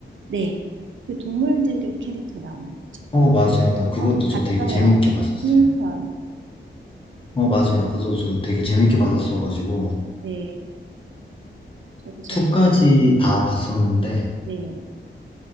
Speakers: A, on the right (about 75°); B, on the left (about 25°).
A: 네. 그 동물들의 캐릭터 나오는 거죠.
B: 어, 맞아요. 그것도
A: 어, 저
B: 저
A: 봤어요.
B: 되게 재밌게 봤었어요.
A: 흥일편.
B: 어, 맞아요. 그래서 전 되게 재밌게 봤었어가지고,
A: 네, 저도 재밌,
B: 2까지 다 봤었는데
A: 네,